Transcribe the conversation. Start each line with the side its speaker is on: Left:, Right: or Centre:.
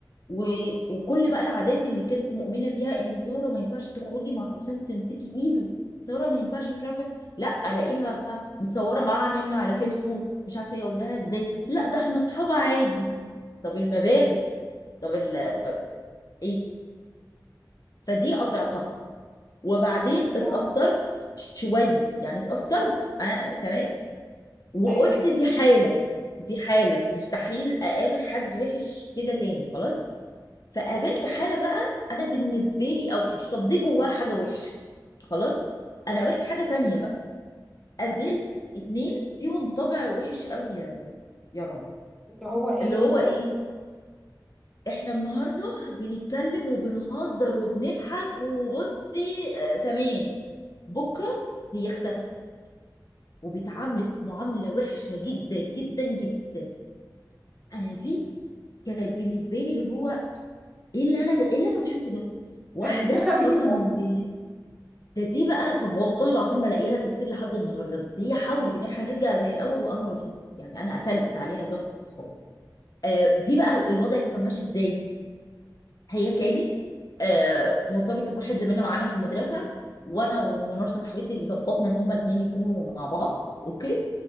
Left: و... وكل بقى العادات اللي كانت مؤمنه بيها ان ساره ما ينفعش تخرجي مع حسام تمسكي ايده ساره ما ينفعش مش عارفه لا الاقيها متصوره معاه نايمه على كتفه مش عارفه ايه اقول لها ازاي لا ده احنا اصحاب عادي طب المبادئ طب ال... ب- ب- ايه فدي قطعتها وبعدين اتأثرت
Centre: آه،
Left: شويه يعني اتأثرت أنا... تمام وقلت
Centre: ايوه
Left: دي حالة دي حالة مستحيل أقابل حد وحش كده تاني خلاص فقابلت حالة بقى أنا بالنسبة لي أوحش طب دي جواها حاجة وحشة خلاص أنا قابلت حاجة تانية بقى قابلت اتنين فيهم طبع وحش قوي يا يا رنا
Centre: اللي هو ايه
Left: اللي هو إيه إحنا النهاردة بنتكلم وبنهزر وبنضحك وبصي آه تمام بكرة هي اختفت وبتعاملك معاملة وحشة جدا جدا جدا انا دي كانت بالنسبه لي اللي هو ايه اللي انا ب... ايه اللي انا بشوفه ده واحده
Centre: اهي دي خبيثة
Left: قسما بالله ده دي بقى طب والله العظيم ما لاقيه لها تفسير لحد النهارده بس هي حاولت ان احنا نرجع زي الاول وانا رفضت يعني انا قفلت عليها الباب خالص آه دي بقى الوضع كان ماشي ازاي هي كانت آه مرتبطه بواحد زميلنا معانا في المدرسه وانا ومنار صاحبتي اللي ظبطنا ان هما الاثنين يكونوا مع بعض اوكي